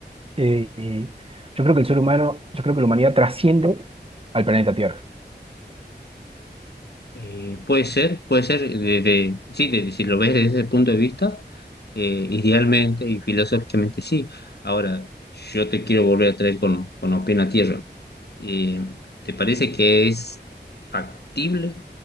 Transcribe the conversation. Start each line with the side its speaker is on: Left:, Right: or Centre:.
Right: Eh, y yo creo que el ser humano, yo creo que la humanidad trasciende al planeta Tierra.
Left: Eh, puede ser, puede ser, de, de- sí, de- si lo ves desde ese punto de vista, eh, idealmente y filosóficamente sí. Ahora, yo te quiero volver a traer con, con los pies en la tierra. Eh, ¿te parece que es factible